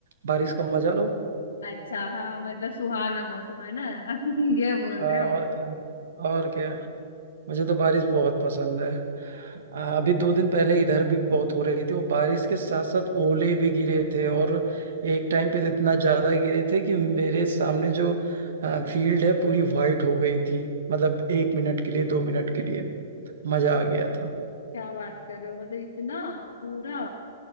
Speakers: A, on the right; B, on the left.
A: बारिश का मजा लो
B: अच्छा हाँ मतलब सुहाना मौसम है ना <laughs> ये बोल
A: हाँ
B: रहे हो
A: और क्या और क्या मुझे तो बारिश बहुत पसंद है आ, अभी दो दिन पहले इधर भी बहुत हो रही थी और बारिश के साथ साथ ओले भी गिरे थे और एक टाइम पे तो इतना ज्यादा गिरे थे कि मेरे सामने जो फील्ड है पूरी वाइट हो गई थी मतलब एक मिनट के लिए दो मिनट के लिए मजा आ गया था
B: क्या बात कर रहे हो मतलब इतना पूरा